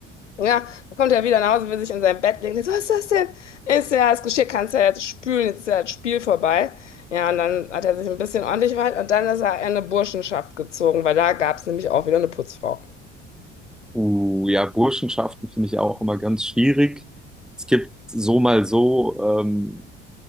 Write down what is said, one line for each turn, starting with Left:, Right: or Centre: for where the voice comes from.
Left: Ja, dann kommt er wieder nach Hause, will sich in sein Bett legen. Ich So, was ist das denn? Ist ja das Geschirr, kannst ja jetzt spülen, jetzt ist ja das Spiel vorbei. Ja, und dann hat er sich ein bisschen ordentlich verhalten und dann ist er in eine Burschenschaft gezogen, weil da gab es nämlich auch wieder eine Putzfrau.
Centre: Uh, ja, Burschenschaften finde ich auch immer ganz schwierig. Es gibt so mal so, ähm,